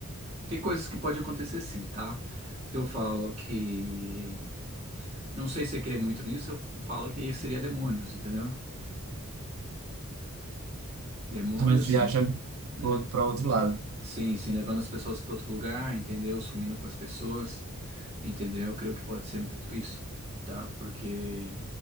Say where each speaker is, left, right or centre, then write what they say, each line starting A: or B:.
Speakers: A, on the right; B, on the right.
A: tem coisas que pode acontecer sim, tá? Se Eu falo que. Não sei se você crê muito nisso, eu falo que seria demônios, entendeu? Demônios
B: Também viaja
A: né?
B: para outro lado.
A: Sim, sim, levando as pessoas para outro lugar, entendeu? Sumindo com as pessoas, entendeu? Eu creio que pode ser muito isso, tá? Porque